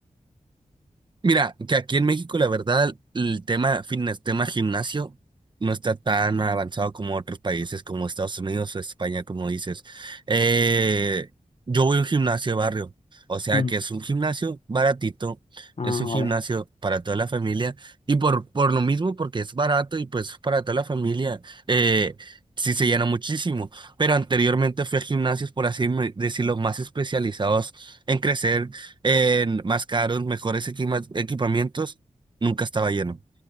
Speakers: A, on the right (about 35°); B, on the left (about 55°).
A: Mira, que aquí en México, la verdad, el tema fitness, tema gimnasio, no está tan avanzado como otros países, como Estados Unidos o España, como dices. Eh, yo voy a un gimnasio de barrio, o sea
B: Mm.
A: que es un gimnasio baratito,
B: Ah,
A: es un
B: vale.
A: gimnasio para toda la familia, y por, por lo mismo, porque es barato y pues para toda la familia, eh, sí se llena muchísimo. Pero anteriormente fui a gimnasios, por así me- decirlo, más especializados en crecer en más caros, mejores equima- equipamientos, nunca estaba lleno.